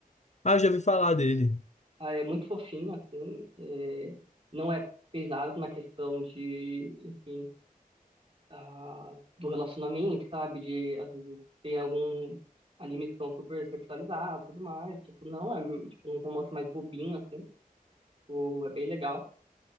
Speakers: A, on the left; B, on the right.
A: Ah, já ouvi falar dele.
B: Ah, é muito fofinho, assim. é, Não é pesado na questão de, enfim, ah, do relacionamento, sabe? De, às vezes, tem alguns animes que são super sexualizados e tudo mais. Tipo, não, é tipo, um romance mais bobinho, assim. Tipo, é bem legal.